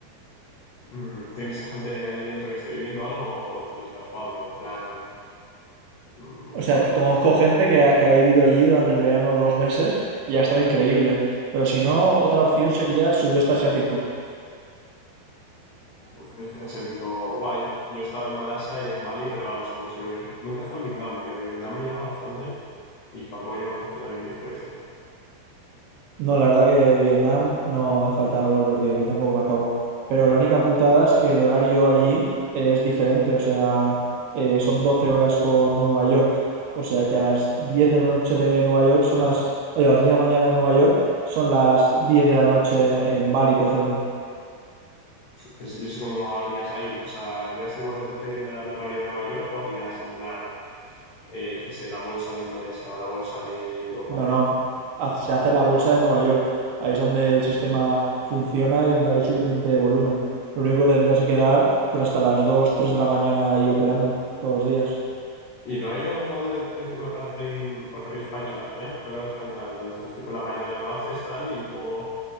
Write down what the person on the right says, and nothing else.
O sea, conozco gente que ha, que ha vivido allí durante el verano dos meses y ha estado increíble. Pero si no, otra opción sería el sudeste asiático.
No, la verdad que Vietnam no hace falta volver, tío. A mí tampoco me acabó. Pero la única putada es que el horario allí es diferente. O sea, eh, son 12 horas con Nueva York. O sea que a las 10 de la noche de Nueva York son las... ay, a las 10 de la mañana de Nueva York son las 10 de la noche en Bali, por ejemplo.
No, no. Haz- Se hace la bolsa de Nueva York. Ahí es donde el sistema funciona y donde hay suficiente volumen. Lo único que tendrías que quedar pues hasta las 2, 3 de la mañana ahí operando todos los días.